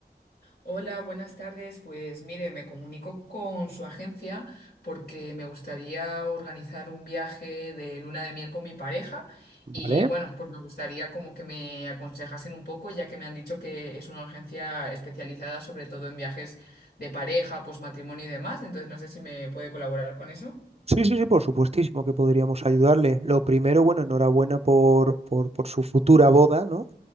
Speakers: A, on the left; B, on the right.
A: Hola, buenas tardes. Pues mire, me comunico con su agencia porque me gustaría organizar un viaje de luna de miel con mi pareja
B: ¿vale?
A: y bueno, pues me gustaría como que me aconsejasen un poco, ya que me han dicho que es una agencia especializada sobre todo en viajes de pareja, pues matrimonio y demás. Entonces no sé si me puede colaborar con eso.
B: Sí, sí, sí, por supuestísimo que podríamos ayudarle. Lo primero, bueno, enhorabuena por, por, por su futura boda, ¿no?